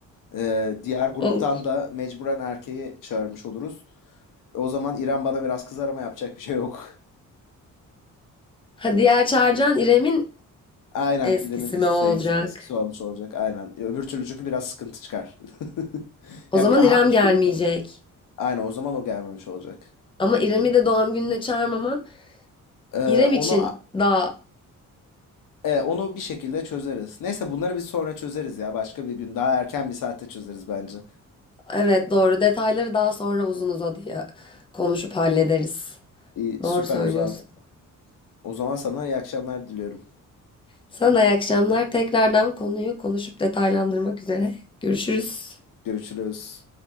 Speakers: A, on the left; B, on the left.
A: E, diğer gruptan
B: Olur.
A: da mecburen erkeği çağırmış oluruz. O zaman İrem bana biraz kızar ama yapacak bir şey yok.
B: Ha diğer Çağrıcan İrem'in
A: <laughs> Aynen
B: eskisi
A: İrem'in eski
B: mi olacak?
A: sevgisi, eskisi olmuş olacak. Aynen. Öbür türlü çünkü biraz sıkıntı çıkar. <laughs>
B: O
A: Ya
B: zaman
A: bir, hangi
B: İrem gelmeyecek.
A: grupta? Aynen o zaman o gelmemiş olacak.
B: Ama İrem'i de doğum gününe çağırmaman
A: E,
B: İrem
A: onu
B: için daha
A: E, onu bir şekilde çözeriz. Neyse bunları bir sonra çözeriz ya. Başka bir gün daha erken bir saatte çözeriz bence.
B: evet doğru detayları daha sonra uzun uzadıya konuşup hallederiz.
A: İyi, süper
B: Doğru söylüyorsun.
A: o zaman. O zaman sana iyi akşamlar diliyorum.
B: Sana da iyi akşamlar. Tekrardan konuyu konuşup detaylandırmak üzere. Görüşürüz.
A: Görüşürüz.